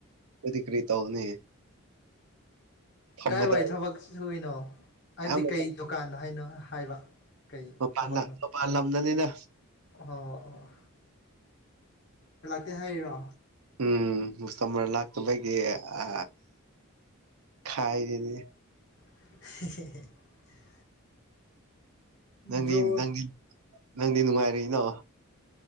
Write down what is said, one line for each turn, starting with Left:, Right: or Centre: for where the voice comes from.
Right: ꯑꯗꯨꯗꯤ ꯀꯔꯤ ꯇꯧꯅꯤ ꯐꯝꯕꯗ
Left: ꯀꯥꯏ ꯋꯥꯏ ꯊꯕꯛ ꯁꯨꯏꯅꯣ ꯍꯥꯏꯕꯗꯤ
Right: ꯑꯌꯥꯝꯕ
Left: ꯀꯩ ꯗꯨꯀꯥꯟꯅꯣ ꯍꯥꯏꯅꯣ ꯍꯥꯏꯕ ꯀꯩ
Right: ꯃꯄꯥꯟꯅ
Left: ꯊꯕꯛꯅꯣ
Right: ꯃꯄꯥꯟ ꯂꯝꯗꯅꯤꯅ
Left: ꯑꯣ ꯑꯣ ꯀ ꯍꯥꯏꯔꯣ
Right: ꯎꯝ ꯁ ꯃꯔ ꯂꯥꯛꯇ ꯒꯤ ꯑ ꯈꯥꯏꯗꯅꯤ
Left: <inaudible>
Right: ꯅꯪꯗꯤ
Left: ꯕꯔꯣ
Right: ꯅꯪꯗꯤ ꯅꯪꯗꯤ ꯅꯨꯡꯉꯥꯏꯔꯛꯏꯅꯣ